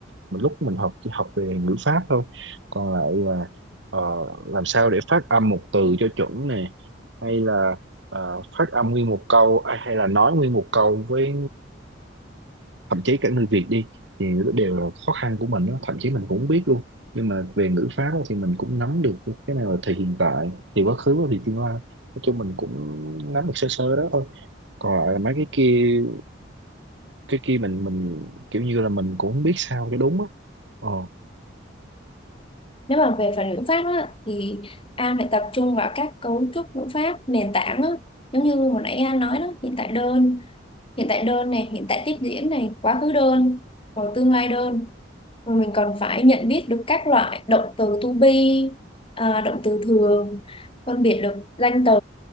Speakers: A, on the right (about 70°); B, on the left (about 25°).
A: mình lúc mình học chỉ học về ngữ pháp thôi còn lại là ờ, làm sao để phát âm một từ cho chuẩn nè hay là ờ, phát âm nguyên một câu à, hay là nói nguyên một câu với thậm chí cả người Việt đi thì nó đều là khó khăn của mình đó. thậm chí mình cũng không biết luôn nhưng mà về ngữ pháp á, thì mình cũng nắm được cái này là thì hiện tại thì quá khứ và thì tương lai nói chung mình cũng nắm được sơ sơ đó thôi còn lại là mấy cái kia cái kia mình mình kiểu như là mình cũng không biết sao cho đúng á ờ
B: Nếu mà về phần ngữ pháp á, thì An phải tập trung vào các cấu trúc ngữ pháp nền tảng á. Giống như hồi nãy An nói đó, hiện tại đơn, hiện tại đơn này hiện tại tiếp diễn này quá khứ đơn rồi tương lai đơn rồi mình còn phải nhận biết được các loại động từ to be à, động từ thường phân biệt được danh từ